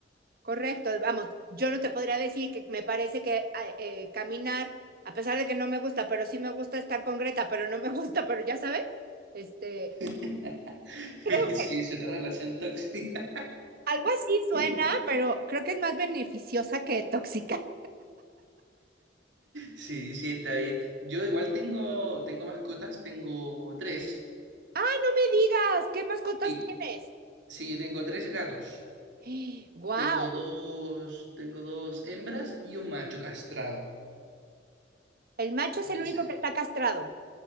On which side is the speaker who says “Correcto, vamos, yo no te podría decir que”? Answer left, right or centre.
Right